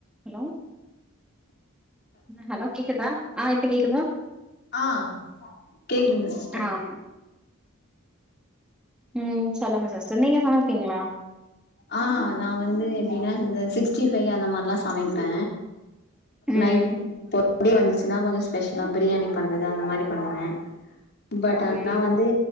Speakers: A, in the centre; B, on the left.
A: hello hello கேக்குதா ஆ இப்ப கேக்குதா
B: ஆ கேக்குதுங்க சிஸ்டர்
A: ஆம் உம் சொல்லுங்க சிஸ் <unintelligible> நீங்க சமைப்பீங்ளா
B: ஆ நா வந்து எப்டின்னா இந்த சிக்ஸ்டி ஃபைவ் அந்த மாரிலா சமைப்ப
A: ம்
B: நைட் <unintelligible> டே வந்துச்சுன்னா கொஞ்சோ ஸ்பெஷலா பிரியாணி பண்றது அந்த மாரி பண்ணுவ பட் ஆனா
A: ம்
B: வந்து